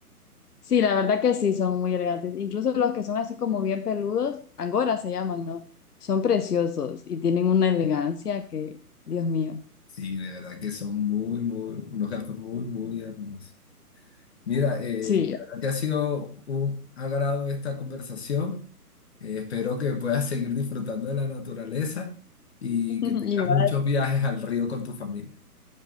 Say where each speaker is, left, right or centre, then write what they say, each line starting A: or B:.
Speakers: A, on the left (about 75°); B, on the left (about 45°).
A: Sí, la verdad que sí, son muy elegantes. Incluso los que son así como bien peludos, angora se llaman, ¿no? Son preciosos y tienen una elegancia que, Dios mío.
B: Sí, de verdad que son muy, muy, unos gatos muy, muy hermosos. Mira, eh,
A: Sí.
B: de verdad que ha sido un agrado esta conversación. Eh, espero que puedas seguir disfrutando de la naturaleza y
A: <laughs>
B: que tengas
A: Igual.
B: muchos viajes al río con tu familia.